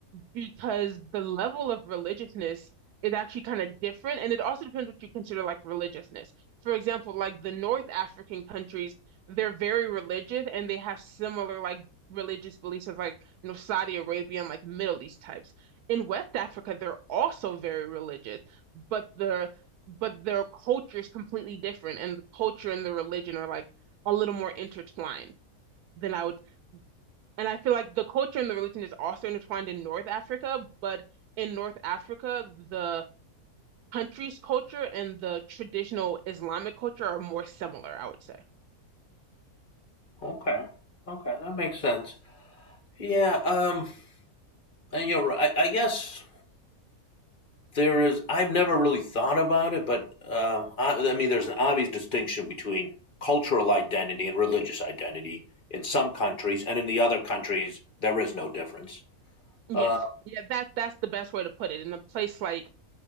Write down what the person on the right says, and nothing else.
because the level of religiousness is actually kind of different. And it also depends what you consider like religiousness. For example, like the North African countries, they're very religious and they have similar like religious beliefs as like, you know, Saudi Arabia and like Middle East types. In West Africa, they're also very religious, but the but their culture is completely different and the culture and the religion are like a little more intertwined than I would and I feel like the culture and the religion is also intertwined in North Africa, but in North Africa, the country's culture and the traditional Islamic culture are more similar, I would say.
Yes.
Yeah, that that's the best way to put it. In a place like